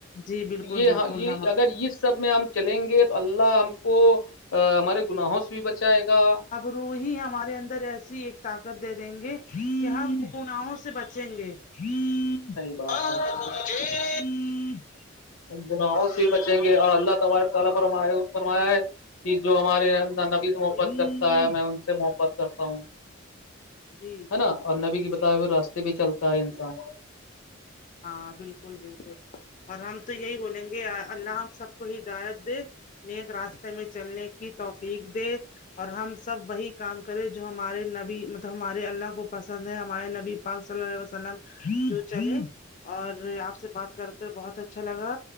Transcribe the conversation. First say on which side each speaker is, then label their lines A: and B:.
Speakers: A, on the left; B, on the left.
A: جی بالکل
B: یہ
A: بالکل
B: ہاں یہ
A: ہم
B: اگر یہ سب میں ہم چلیں گے تو اللہ ہم کو ہمارے گناہوں سے بھی بچائے گا
A: روہی ہمارے اندر ایسی ایک طاقت دے دیں گے کہ ہم گناہوں سے بچیں گے <unintelligible>
B: صحیح بات ہے
A: <unintelligible>
B: گناوں ہی بچیں گے اور اللہ تبارک تعالی فرما آئے ہو فرمایا ہے کہ جو ہمارے اللہ نبی سے محبت
A: جی
B: کرتا ہے میں ان سے محبت کرتا ہوں
A: جی
B: ہے نا اور نبی کے بتائے ہوے راستے پہ چلتا ہے انسان
A: ہاں بالکل بالکل اور ہم تو یہ ہی بولیں گے اللہ ہم سب کو ہدایت دے نیک راستے میں چلنے کی توفیق دے اور ہم سب وہی کام کرے جو ہمارے نبی مطلب ہمارے اللہ کو پسند ہے ہمارے نبی پاک صلی اللہ علیہ وسلم تو چلے اور آپ سے بات کر کر بہت اچھا لگا